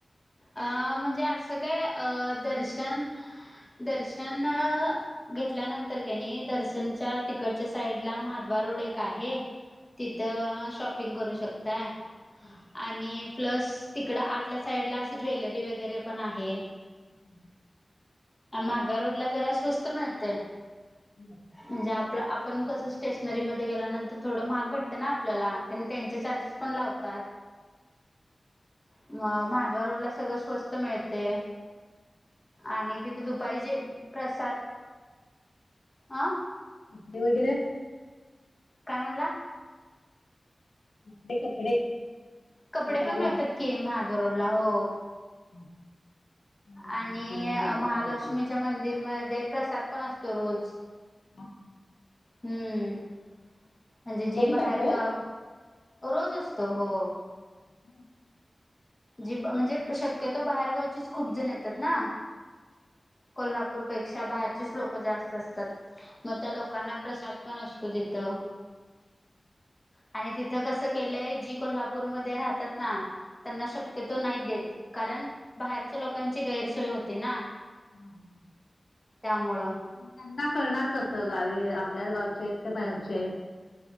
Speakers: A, on the left; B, on the left.
A: अ म्हणजे अस काय अ दर्शन दर्शन घेतल्यानंतर काय नाही, दर्शनच्या तिकडच्या साईडला महादवा रोड एक आहे. तिथं शॉपिंग करू शकताय.
B: हम्म
A: आणि प्लस तिकडं आतल्या साईडला असं ज्वेलरी वगैरे पण आहे.
B: <inaudible>
A: मागल्या रोडला जरा स्वस्त मिळतय.
B: <unintelligible>
A: म्हणजे आपलं आपण कसं स्टेशनरीमध्ये गेल्यानंतर थोडं महाग भेटतं ना आपल्याला. त्यांना त्यांचे चार्जेस पण लावतात. म माधवा रोडला सगळं स्वस्त मिळते. आणि तिथे दुपारी जे प्रसाद अं
B: कपडे वगैरे
A: काय म्हणला?
B: कपडे कपडे
A: कपडे
B: आता
A: पण
B: लहान
A: मिळतात की. महाद्वार रोडला हो.
B: <unintelligible> लहान मुलांचे
A: आणि
B: रेडीमेड
A: महालक्ष्मीच्या
B: कपडे
A: मंदिरमध्ये प्रसाद पण असतो रोज.
B: <unintelligible>
A: हम्म, म्हणजे
B: बघू
A: जी बाहेरगाव
B: टाकतोय
A: रोज असतो हो.
B: <unintelligible>
A: जी म्हणजे, शक्यतो बाहेरगावचीच खूप जण येतात ना. कोल्हापूरपेक्षा बाहेरचेच लोक जास्त असतात. मग त्या लोकांना प्रसाद पण असतो तिथ. आणि तिथ कस केलय. जी कोल्हापूरमध्ये राहतात ना त्यांना शक शक्यतो नाही देत. कारण बाहेरच्या लोकांची गैरसोय होती ना.
B: हा हा
A: त्यामुळं
B: पण त्यांना कळणार कस गावी आपल्याच गावचे आहेत. का बाहेरचे आहेत.